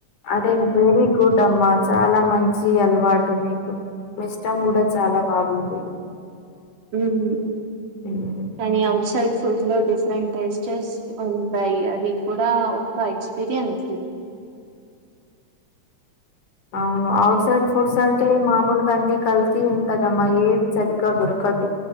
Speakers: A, on the left (about 70°); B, on the right (about 75°).
A: అరే వెరీ గుడ్ అమ్మా చాలా మంచి అలవాటు మీకు మీ ఇష్టం కూడా చాలా బాగుంది
B: మ్
A: ఉమ్.
B: కానీ ఔట్సైడ్స్ ఫుడ్ లో డిఫరెంట్ టేస్టెస్స్ ఉంటాయి అది కూడా ఒక ఎక్స్పీరియన్స్
A: ఆ అవును ఔట్ సైడ్ ఫుడ్స్ అంటే మామూలుగా అన్ని కల్తి ఉంటదమ్మా ఏది సరిగ్గా దొరకదు